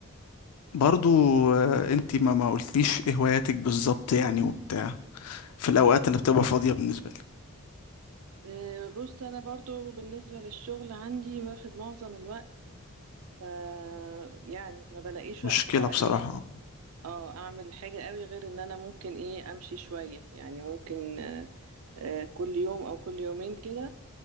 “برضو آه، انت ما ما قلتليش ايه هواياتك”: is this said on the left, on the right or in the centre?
Left